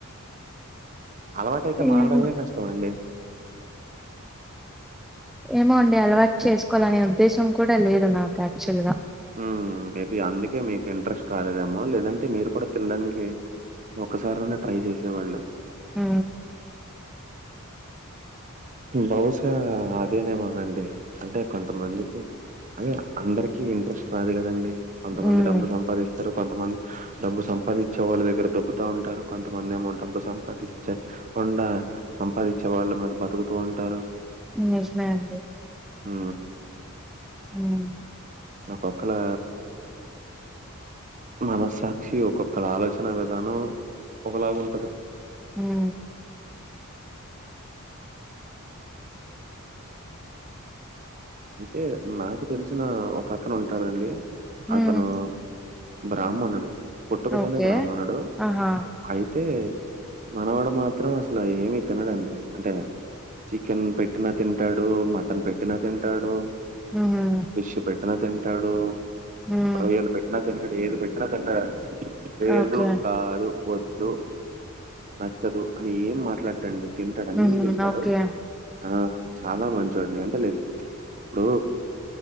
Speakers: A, on the right (about 35°); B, in the centre.
A: అలవాటు అయితే
B: ఏమో
A: మానడమే కష్టం అండి
B: ఏమో అండి అలవాటు చేసుకోవాలనే ఉద్దేశం కూడ లేదు నాకు యాక్చ్వల్ గా
A: ఉ మేబీ అందుకే మీకు ఇంట్రెస్ట్ రాలేదేమో లేదంటే మీరు కూడా తినడానికి ఒక్కసారి అన్న ట్రై చేసేవాళ్ళు
B: ఉ
A: లవుశా అదేనేమోనండి అంటే కొంతమందికి అదే అందరికిీ ఇంట్రెస్ట్ రాదు కదండి కొంతమంది
B: మ్మ్
A: డబ్బు సంపాదిస్తారు కొంతమంది డబ్బు సంపాదించే వాళ్ళ దగ్గర దొబ్బుతా ఉంటారు కొంతమంది ఏమో డబ్బు సంపాదించకుండా సంపాదించే వాళ్లు మీద బతుకుతూ ఉంటారు
B: నిజమే అండి
A: ఉ
B: మ్
A: ఒక్కొకల మనస్సాక్షి ఒక్కొక్కరు ఆలోచన విధానం ఒకలాగు ఉంటది
B: హా
A: అయితే నాకు తెలిసిన ఒక అతను ఉంటాడండి
B: హ్మ్
A: అతను బ్రాహ్మణుడు పుట్టుకతోనే
B: ఓకే
A: బ్రాహ్మణుడు
B: ఆహా!
A: అయితే మనవాడు మాత్రం అసలు ఏమి తినడండి అంటే చికెన్ పెట్టినా తింటాడు మటన్ పెట్టినా తింటాడు
B: ఉహ్
A: పిష్ పెట్టిన తింటాడు
B: హ్మ్.
A: రొయ్యలు పెట్టిన తింటాడు ఏది పెట్టినా తింటాడం లేదు
B: ఓకే.
A: కాదు వద్దు నచ్చదు అని ఏం మాట్లాడండి తింటాడు అన్ని
B: హుహు.
A: తింటాడు
B: ఓకే.
A: ఆ చాలా మంచోడండి అంటేలే ఇప్పుడు